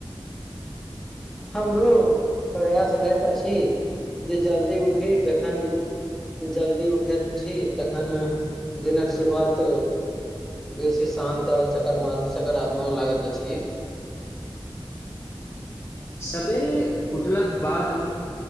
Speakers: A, in the centre; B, on the left.
A: हमरो प्रयास रहत अछि जे जल्दी उठि जखन जल्दी उठेत छी तखन दिनक शुरुआत बेसी शांत आ सकारात्मक लागैत अछि
B: सवेरे उठलाके बाद हम